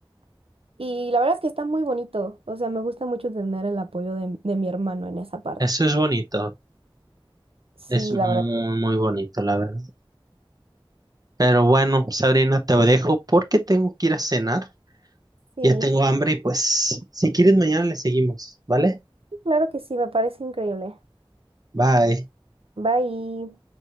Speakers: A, on the right (about 85°); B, on the right (about 45°).
A: Y la verdad es que está muy bonito, o sea, me gusta mucho tener el apoyo de de mi hermano en esa parte.
B: Eso es bonito.
A: Sí,
B: Es muy,
A: la verdad.
B: muy bonito, la verdad. Pero bueno, Sabrina, te dejo porque tengo que ir a cenar.
A: Sí,
B: Ya tengo hambre y pues, si quieres, mañana le seguimos, ¿vale?
A: claro que sí, me parece increíble.
B: Bye.
A: Bye.